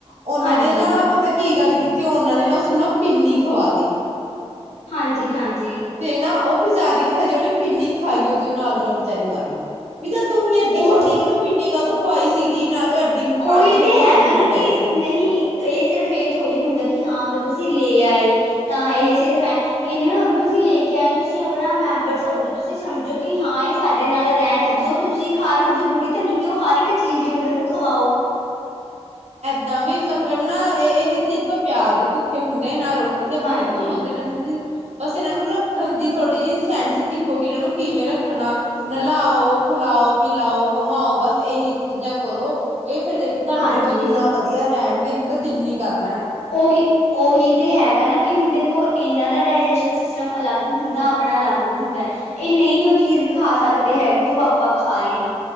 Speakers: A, on the right (about 75°); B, on the left (about 70°).
A: ਉਹਨਾਂ
B: ਹਾਂਜੀ
A: ਨੇ ਨਾ ਪਤਾ ਕੀ ਗੱਲ ਕੀਤੀ ਉਹਨਾਂ ਨੇ ਨਾ ਉਸਨੂੰ ਨਾ ਪਿੰਨੀ ਖਵਾ ਤੀ
B: ਹਾਂਜੀ ਹਾਂਜੀ
A: ਤੇ ਨਾ ਉਹ ਵਿਚਾਰੇ ਹਜੇ ਉਹਨੇ ਪਿੰਨੀ ਖਾਈ ਉਹ ਤੇ ਉਹ ਨਾਲ ਦੀ ਨਾਲ ਬੇਚਾਰੀ ਮਰ ਗਈ ਵੀ ਤਾਂ ਤੁਸੀਂ ਐਡੀ
B: ਉਹ
A: ਛੋਡੀ ਕਿ ਨਾ ਪਿੰਡੀ ਖੂਵਾਈ ਸੀਗੀ ਨਾਲ ਉਹ ਐਡੀ ਪੰਜ
B: ਉਹੀ
A: ਛੇ
B: ਤੇ
A: ਹਜ਼ਾਰ
B: ਹੈਗਾ
A: ਦੀ ਲੈ
B: ਨਾ
A: ਕੇ
B: ਕਿ
A: ਆਈ ਸੀ
B: ਨਹੀਂ ਇਹ ਸਿਰਫ਼ ਇਹ ਥੋੜ੍ਹੀ ਹੁੰਦਾ ਕਿ ਹਾਂ ਅਗਰ ਤੁਸੀਂ ਲੈ ਆਏ ਤਾਂ ਇਹ ਸਿਰਫ ਹੈ ਇਹਨਾਂ ਨੂੰ ਅਗਰ ਤੁਸੀਂ ਲੈ ਕੇ ਆਏ ਹੋ ਤੁਸੀਂ ਆਪਣਾ ਮੈਂਬਰ ਸਮਝੋ ਤੁਸੀਂ ਸਮਝੋ ਕਿ ਹਾਂ ਇਹ ਸਾਡੇ ਨਾਲ ਰਹਿਣ ਹੈ ਜੋ ਤੁਸੀਂ ਖਾ ਰਹੇ ਹੋ ਜਰੂਰੀ ਤਾਂ ਨਹੀਂ ਕਿ ਉਹ ਹਰ ਇੱਕ ਚੀਜ਼ ਹੀ ਉਹਨਾਂ ਨੂੰ ਖਵਾਓ <inaudible>
A: ੱਦਾਂ ਵੀ ਮਤਲਬ ਨਾ ਇਹ ਇਹ ਸਿਰਫ਼ ਪਿਆਰ ਦੇ ਭੁੱਖੇ ਹੁੰਦੇ ਨਾ ਰੋਟੀ ਰੋਟੀ ਤੇ ਆਪਣੀ
B: ਹਾਂਜੀ
A: ਤਾਂ ਭੁੱਖ ਹੁੰਦੇ ਨਾ ਕਿਸੇ ਬਸ ਇਹਨਾਂ ਨੂੰ ਰੱਖਣ ਦੀ ਥੋੜ੍ਹੀ ਜਿਹੀ ਸੈਂਸ ਸਿੱਖੋ ਕਿ ਇਹਨਾਂ ਨੂੰ ਕਿਵੇਂ ਰੱਖਣਾ ਨਲਾਓ ਖਿਲਾਓ ਪਿਲਾਓ ਘੁਮਾਓ ਬਸ ਇਹੀ ਚੀਜ਼ਾਂ ਕਰੋ ਇਹ ਫਿਰ ਕਿ ਤੁਹਾਡੇ
B: ਹਾਂਜੀ
A: ਲਾਵੇ ਕਿੰਨਾ ਵਧੀਆ ਰਹਿਣ ਕਹਿੰ ਦਾ ਦਿਨ ਹੀ ਕਰਦਾ
B: ਉਹੀ ਉਹੀ ਤੇ ਹੈਗਾ ਨਾ ਕਿ ਹੁਣ ਦੇਖੋ ਇਹਨਾਂ ਦਾ ਡਾਇਜੈਸ਼ਨ ਸਿਸਟਮ ਅਲੱਗ ਹੁੰਦਾ ਆਪਣਾ ਅਲੱਗ ਹੁੰਦਾ ਇਹ ਨਹੀਂ ਉਹ ਚੀਜ਼ ਖਾ ਸਕਦੇ ਹੈਗੇ ਜੋ ਆਪਾਂ ਖਾ ਰਹੇ ਹਾਂ